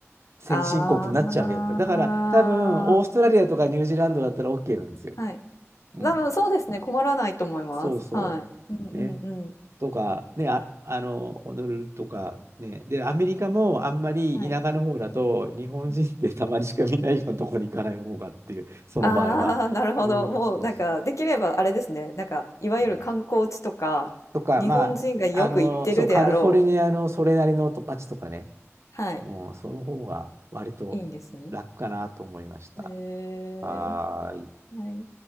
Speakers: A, on the right; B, on the left.
A: 先進国になっちゃう、
B: ああ、
A: やっぱり。だから、多分、オーストラリアとかニュージーランドだったら OK なんですよ。
B: はい。
A: うん。
B: 多分そうですね、困らないと思います。
A: そうそ
B: はい。うんうんうん。
A: う。ね。とか、ね、あ、あの、ホノルルとか、ね、で、アメリカもあんまり田舎の方だと、
B: はい。うん、
A: 日本人ってたまにしか見ないようなところに行かない方がっていう、
B: うん。
A: その場合は。
B: ああ、なるほど。
A: うん、
B: もうなんかできればあれですね、
A: そうそ
B: なんかいわゆる観光地とか、
A: う。うんとか、
B: 日本人がよく行ってるであろう。
A: まあ、あの、そう、カリフォルニアのそれなりのと街とかね、
B: はい。
A: うん、その方が割と楽かなと思いました。
B: いいんですね。へえ。
A: はーい。
B: はい。